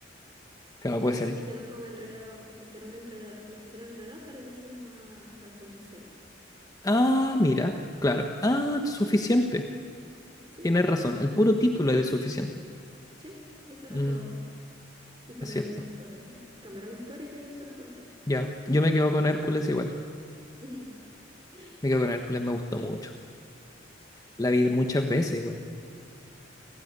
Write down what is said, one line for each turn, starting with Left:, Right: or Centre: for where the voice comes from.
Left: Claro, puede
Right: Así
Left: ser.
Right: como hicieron con Enredados, que pusieron enreda, le pusieron Enredados, pero ella se llamaba Rapunzel.
Left: Ah, mira, claro. Ah, suficiente.
Right: Sí,
Left: Tienes razón. El puro título es de suficiente.
Right: sí, eso era
Left: Mm,
Right: todo. Y cambiaron
Left: es cierto.
Right: la historia. Y cambiaron la historia y ya eso era todo.
Left: Ya, yo me quedo con Hércules igual.
Right: <laughs>
Left: Me quedo con Hércules, me gustó mucho. La vi muchas veces igual.